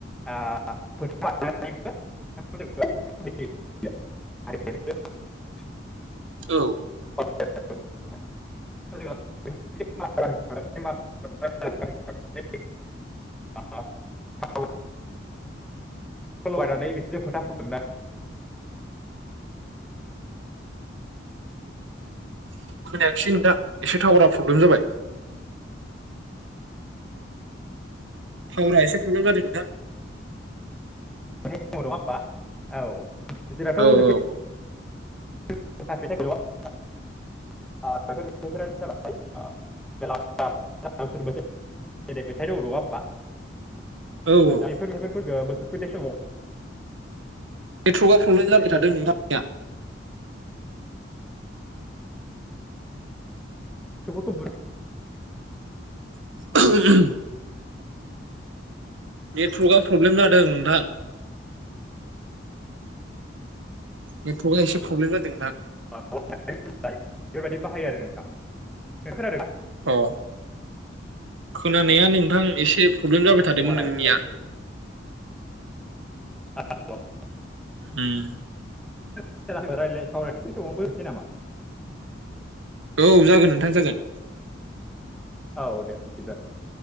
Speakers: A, in the centre; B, on the right.
A: ओ फो <unintelligible>
B: औ।
A: <unintelligible> <unintelligible> लगायनानै बिसोरो फोथा फुनदों ना।
B: खोनायाखिसै नोंथां एसे टावारा प्रब्लेम जाबाय। थावारा एसे प्रब्लेम जादों नोंथां।
A: <unintelligible>
B: औ
A: जोंनाथ
B: औ
A: <unintelligible> <unintelligible> <unintelligible> <unintelligible>
B: औ औ <unintelligible> प्रब्लेम जाबाय
A: जेब्ला
B: थादों नोंथां निया।
A: <unintelligible>
B: <unintelligible> <unintelligible> प्रब्लेम जादों नोंथां। नेटवर्कआ एसे प्रब्लेम जादों ना।
A: <unintelligible> बेफोरबायाददि बाहायो आरो नोंथां नों खोनादों दा?
B: अ खोनानाया नोंथां एसे प्रब्लेम
A: औ
B: जाबाय थादोंमोन
A: औवा राय
B: नोंनिया।
A: बिलाइ <unintelligible>
B: होम।
A: <unintelligible>
B: औ जागोन नोंथां जागोन।
A: औ दे बिदिब्ला